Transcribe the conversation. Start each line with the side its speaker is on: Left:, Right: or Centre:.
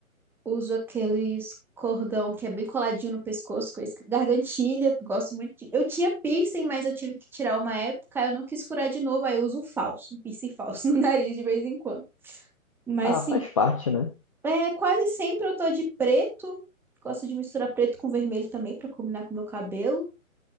Centre: Uso aqueles cordão que é bem coladinho no pescoço, com esse- gargantilha, gosto muito. de- Eu tinha piercing, mas eu tive que tirar uma época, eu não quis furar de novo, aí eu uso um falso, um piercing falso <laughs> no nariz de vez em quando.
Left: <laughs>
Centre: Mas
Left: Ah,
Centre: sim,
Left: faz parte, né?
Centre: é, quase sempre eu tô de preto, gosto de misturar preto com vermelho também pra combinar com meu cabelo.